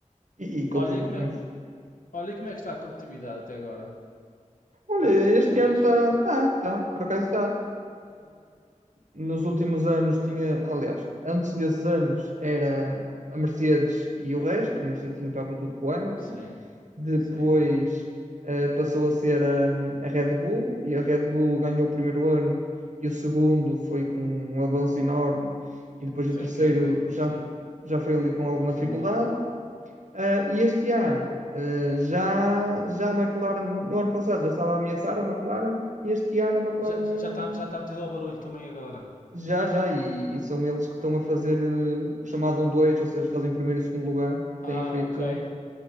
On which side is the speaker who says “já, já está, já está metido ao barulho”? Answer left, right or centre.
Left